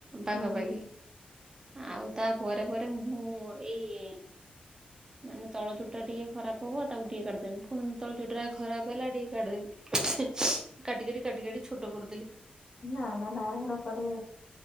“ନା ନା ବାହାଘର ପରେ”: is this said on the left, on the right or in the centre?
Left